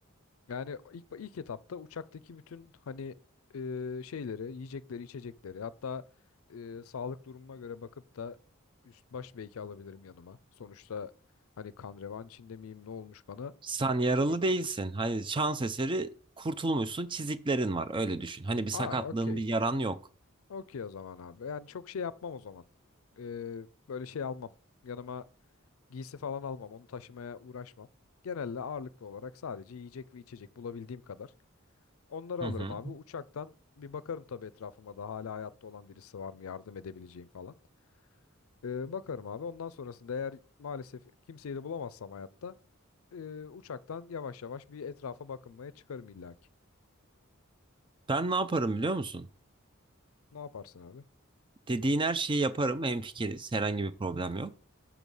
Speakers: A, on the left; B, on the right.
A: Yani ilk ilk etapta uçaktaki bütün hani e, şeyleri, yiyecekleri, içecekleri, hatta e, sağlık durumuma göre bakıp da üst baş belki alabilirim yanıma. Sonuçta hani kan revan içinde miyim, ne olmuş bana
B: Sen yaralı
A: bilmiyorum.
B: değilsin. Hani şans eseri kurtulmuşsun. Çiziklerin var. Öyle düşün. Hani bir sakatlığın,
A: Aa, okey.
B: bir yaran yok.
A: Okey o zaman abi. Yani çok şey yapmam o zaman. E, böyle şey almam. Yanıma giysi falan almam. Onu taşımaya uğraşmam. Genelde ağırlıklı olarak sadece yiyecek ve içecek bulabildiğim kadar. Onları
B: Hı
A: alırım
B: hı.
A: abi. Uçaktan bir bakarım tabii etrafıma da hala hayatta olan birisi var mı yardım edebileceğim falan. Ee, bakarım abi. Ondan sonrasında eğer maalesef kimseyi de bulamazsam hayatta e, uçaktan yavaş yavaş bir etrafa bakınmaya çıkarım illaki.
B: Ben ne yaparım biliyor musun?
A: Ne yaparsın abi?
B: Dediğin her şeyi yaparım. Hemfikiriz. Herhangi bir problem yok.